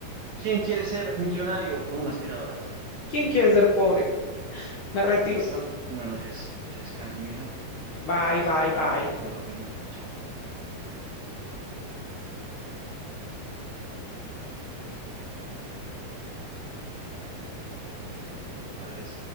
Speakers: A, on the right; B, on the left.
A: ¿Quién quiere ser millonario con una aspiradora?
B: ¿Quién quiere ser pobre? Me retiro.
A: ¿Listo? Bueno, Jess, que descanse, mija.
B: Bye,
A: Hasta
B: bye,
A: luego,
B: bye.
A: que me la rinda. Chao, chao. Adiós.